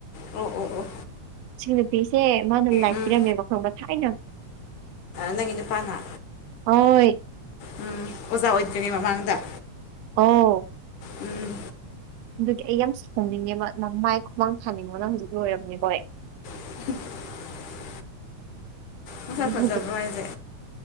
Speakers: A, on the left (about 80°); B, on the right (about 70°).
A: ꯑꯣ ꯑꯣ ꯑꯣ
B: ꯁꯤ ꯅꯨꯄꯤꯁꯦ ꯃꯥꯅ ꯂꯥꯏꯛ
A: ꯎꯝ
B: ꯄꯤꯔꯝꯃꯦꯕ ꯈꯪꯕ ꯊꯥꯏꯅ
A: ꯅꯪꯒꯤ ꯅꯨꯄꯥꯅ
B: ꯍꯣꯏ
A: ꯎꯝ ꯑꯣꯖꯥ ꯑꯣꯏꯗ꯭ꯔꯤꯉꯩ ꯃꯃꯥꯡꯗ
B: ꯑꯣ
A: ꯎꯝ
B: ꯑꯗꯨꯗꯤ ꯑꯩ ꯌꯥꯝ ꯁꯥꯎꯅꯤꯡꯉꯦꯕ ꯃꯥꯃꯥꯏ ꯈꯨꯃꯥꯡ ꯊꯥꯅꯤꯡꯕꯅ ꯍꯧꯖꯤꯛ ꯂꯣꯏꯔꯕꯝꯅꯦꯀꯣ ꯑꯩ
A: <unintelligible> ꯃꯁꯛ
B: ꯍꯧꯖꯤꯛ
A: ꯐꯖꯕ꯭ꯔꯣ ꯍꯥꯏꯁꯦ